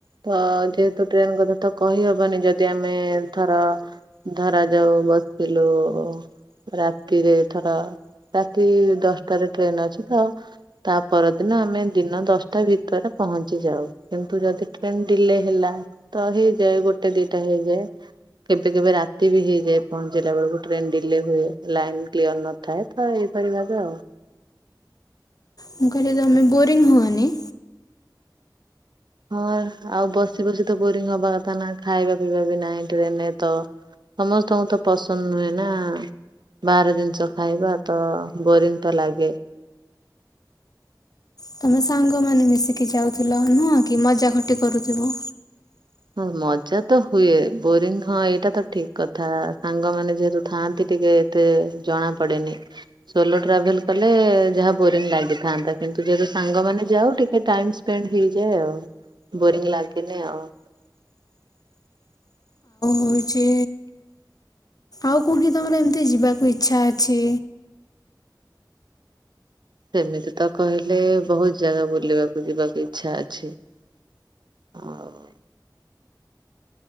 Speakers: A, on the right; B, on the left.
A: ତ ଯେହେତୁ ଟ୍ରେନ କଥା ତ କହିହବନି ଯଦି ଆମେ ଧର ଧରା ଯାଉ ବସିଲୁ ଓ ରାତିରେ ଥର ରାତି ଦଶଟାରେ ଟ୍ରେନ ଅଛି ତ ତା ପରଦିନ ଆମେ ଦିନ ଦଶଟା ଭିତରେ ପହଞ୍ଚି ଯାଉ। କିନ୍ତୁ ଯଦି ଟ୍ରେନ ଡିଲେ ହେଲା ତ ହେଇଯାଏ ଗୋଟେ ଦିଟା ହେଇଯାଏ। କେବେ କେବେ ରାତି ବି ହେଇଯାଏ ପହଞ୍ଚିଲା ବେଳକୁ। ଟ୍ରେନ ଡିଲେ ହୁଏ ଲାଇନ କ୍ଲିୟର ନଥାଏ ତ ଏଇପରି ଭାବେ ଆଉ।
B: ମୁଁ କହିଲି ତମେ ବୋରିଙ୍ଗ ହୁଅନି।
A: ହଁ ଆଉ ବସି ବସି ତ ବୋରିଂ ହବା କଥା ନା ଖାଇବା ପିଇବା ବି ନାହିଁ ଟ୍ରେନରେ ତ ସମସ୍ତଙ୍କୁ ତ ପସନ୍ଦ ନୁହେଁ ନା। ବାହାର ଜିନିଷ ଖାଇବା ତ ବୋରିଂ ତ ଲାଗେ।
B: ତମେ ସାଙ୍ଗମାନେ ମିଶିକି ଯାଉଥିଲ ନୁହଁ କି ମଜା ଖଟି କରୁଥିବ।
A: ହଁ ମଜା ତ ହୁଏ। ବୋରିଂ ହଁ ଏଇଟା ତ ଠିକ କଥା ସାଙ୍ଗମାନେ ଯେହେତୁ ଥାଆନ୍ତି ଟିକେ ତେ ଜଣା ପଡେନି। ସୋଲୋ ଟ୍ରାଭେଲ କଲେ ଯାହା ବୋରିଂ ଲାଗିଥାନ୍ତା କିନ୍ତୁ ଯେହେତୁ ସାଙ୍ଗମାନେ ଯାଉ ଟିକେ ଟାଇମ୍ସ ଦେନ ହେଇଯାଏ ଆଉ ବୋରିଂ ଲାଗେନି ଆଉ।
B: ହୋଉଛି ଆଉ କୋଉଠି ତମର ଏମିତି ଯିବାକୁ ଇଚ୍ଛା ଅଛି?
A: ସେମିତି ତ କହିଲେ ବହୁତ ଜାଗା ବୁଲିବାକୁ ଯିବାକୁ ଇଚ୍ଛା ଅଛି। ଆଉ